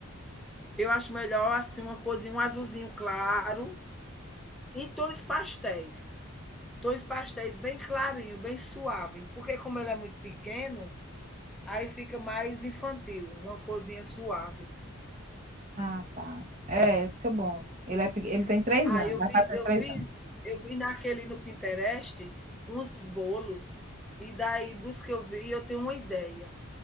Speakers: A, in the centre; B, on the right (about 35°).
A: eu acho melhor, assim, uma coisinha um azulzinho claro, em tons pastéis. dois pastéis bem clarinho, bem suave, porque como ele é muito pequeno, aí fica mais infantil, uma coisinha suave.
B: Ah, tá. É, fica bom. Ele, é, pe- ele tem três
A: Ah,
B: anos,
A: eu
B: vai
A: vi
B: fazer
A: eu
B: três
A: vi
B: anos.
A: eu vi naquele no Pinterest uns bolos, e daí dos que eu vi eu tenho uma ideia.